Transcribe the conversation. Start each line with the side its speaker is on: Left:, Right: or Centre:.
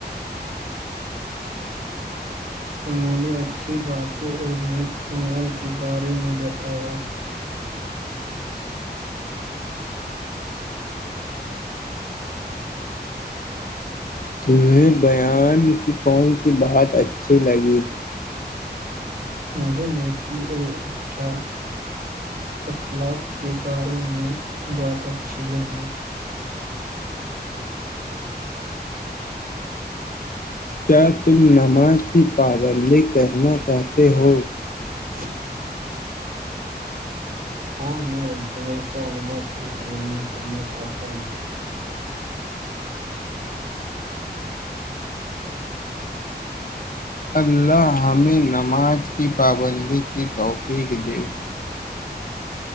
Right: انہوں نے اچھی باتوں اور نیک عمل کے بارے میں بتایا
Left: تمہیں بیان کی کون سی بات اچھی لگی
Right: مجھے ن کیی اور اچھا اخلاق کے بارے میں بات اچھی لگی <inaudible>
Left: کیا تم نماز کی پابندی کرنا چاہتے ہو
Right: <inaudible> ہاں میں ہمیشہاج کی پابندی کرنا چاہتا ہوں
Left: اللہ ہمیں نماز کی پابندی کی توقیق دے